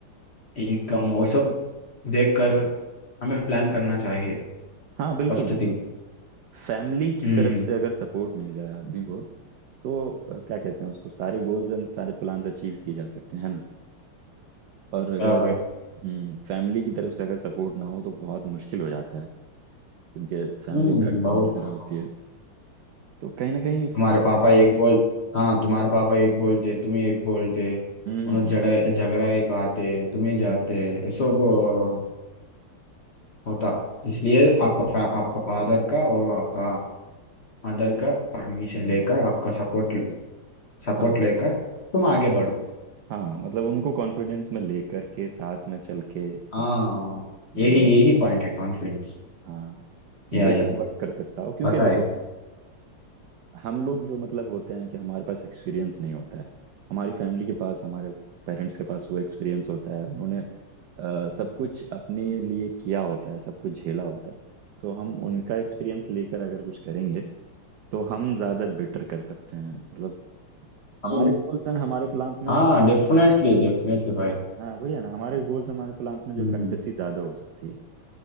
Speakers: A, on the left; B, on the right.
A: इनकम और सब देख कर हमें प्लान करना चाहिए
B: हाँ बिल्कुल
A: First
B: बिल्कुल
A: thing
B: फैमिली की
A: हम्म
B: तरफ से अगर सपोर्ट मिल जाए आदमी को तो अ, क्या कहते हैं उसको सारे गोल्स एंड सारे प्लान्स अचीव किए जा सकते हैं है ना और अगर
A: क्या भाई
B: हम्म फैमिली की तरफ से अगर सपोर्ट ना हो तो बहुत मुश्किल हो जाता है क्योंकि फैमिली
A: हम्म
B: बैकबोन
A: बहुत
B: की तरह
A: हाँ,
B: होती
A: बहुत
B: है तो कहीं ना कहीं फ-
A: तुम्हारे पापा एक बोल हाँ तुम्हारे पापा एक बोलते तुम्हें एक बोलते
B: हम्म हम्म
A: उन्हें झगड़ा
B: हम्म
A: झगड़ा एक आते तुम्हें जाते
B: हम्म,
A: ये सब अ,
B: हम्म,
A: होता इसलिए आपका फा, आपका फादर का और आपका मदर का परमिशन
B: हम्म,
A: लेकर आपका सपोर्ट सपोर्ट
B: हाँ
A: लेकर तुम आगे बढ़ो
B: हाँ मतलब उनको कॉन्फिडेंस में लेकर के साथ में चल के
A: हाँ
B: एक जो
A: यही यही पॉइंट है कॉन्फिडेंस
B: हाँ
A: या
B: बेटर
A: या
B: वर्क कर सकता हो क्योंकि
A: पता
B: देखो हम लोग जो मतलब होते हैं कि हमारे पास एक्सपीरियंस नहीं होता है हमारी फैमिली के पास हमारे पेरेंट्स के पास वो एक्सपीरियंस होता है उन्होंने अ, सब कुछ अपने लिए किया होता है सब कुछ झेला होता है तो हम उनका एक्सपीरियंस लेकर अगर कुछ करेंगे तो हम ज़्यादा बेटर कर सकते हैं मतलब हमारे
A: है
B: गोल्स एंड हमारे प्लान्स में
A: हाँ डेफिनेटली डेफिनेटली भाई
B: हाँ वही है ना हमारे गोल्स हमारे प्लान्स में जो
A: हम्म
B: फैंटेसी ज़्यादा हो सकती है